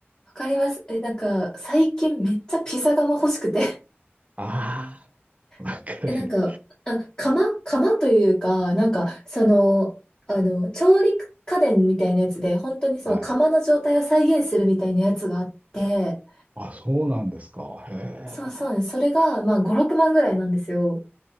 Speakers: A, on the left; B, on the right.
A: わかります。え、なんか、最近めっちゃピザ窯欲しくて。
B: ああ、わかる。
A: <laughs> え、なんか、あ、窯窯というか、なんか、その、あの、調理家電みたいなやつで、本当にその窯の状態を再現するみたいなやつがあって、
B: はい。あ、そうなんですか。へ
A: そうそうなんです、
B: え。
A: それが、まあ、5、6万ぐらいなんですよ。